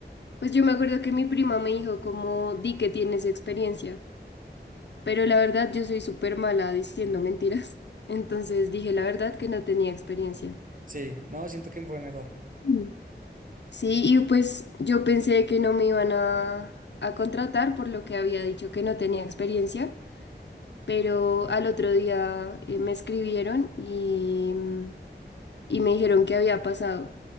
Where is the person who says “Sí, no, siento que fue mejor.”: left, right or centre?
Right